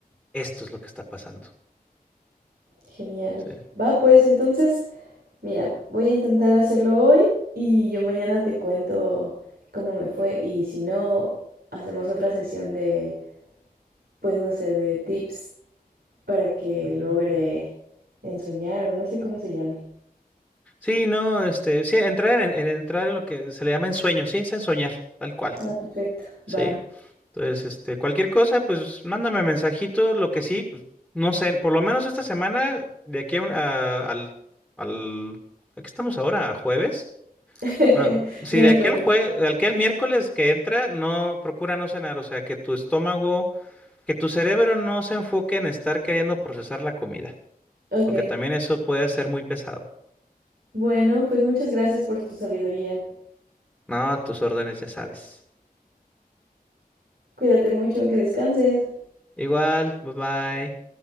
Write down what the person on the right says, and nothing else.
Genial.
Va, pues entonces, mira, voy a intentar hacerlo hoy y yo mañana te cuento cómo me fue y si no, hacemos otra sesión de, pues no sé, de tips para que
logre ensoñar o no sé cómo se llame.
Ah, perfecto. Va.
<laughs>
Miércoles.
Ok.
Bueno, pues muchas gracias por tu sabiduría.
Cuídate mucho, que descanses.